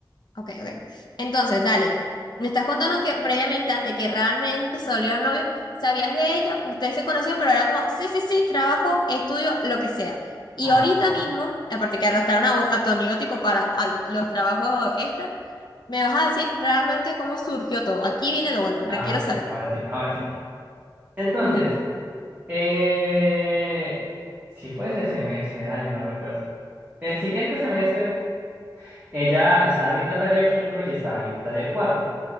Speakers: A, on the left (about 65°); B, on the right (about 25°).
A: Ok, ok. Entonces, dale. Me estás contando que previamente, antes que realmente se volvieron novios, sabías de ella, ustedes se conocieron, pero era como, sí, sí, sí, trabajo, estudio, lo que sea. Y
B: Ah,
A: ahorita mismo, aparte que arrastraron a, a tu amigo tipo para a- los trabajos extra, me vas a decir realmente cómo surgió todo. Aquí viene lo bueno, requiero
B: ahora
A: saber.
B: sí, ahora sí, ahora sí. Entonces,
A: Ujú.
B: eh... si fue ese semestre, dale, no recuerdo. El siguiente semestre, ella estaba viendo taller 5 y estaba viendo taller 4.